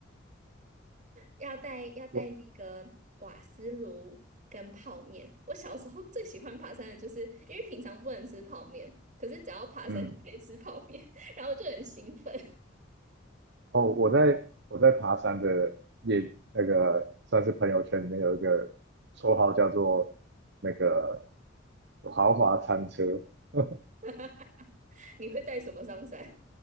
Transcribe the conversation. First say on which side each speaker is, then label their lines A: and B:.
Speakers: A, on the right; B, on the right.
A: 要带要带那个瓦斯炉跟泡面。
B: 我
A: 我小时候最喜欢爬山的就是，因为平常不能吃泡面，可是只要爬山就可以吃泡面，
B: 嗯，
A: <laughs> 然后就很兴奋。
B: 哦，我在我在爬山的也那个算是朋友圈里面有一个绰号叫做那个豪华餐车，<laughs>
A: <laughs> 你会带什么上山？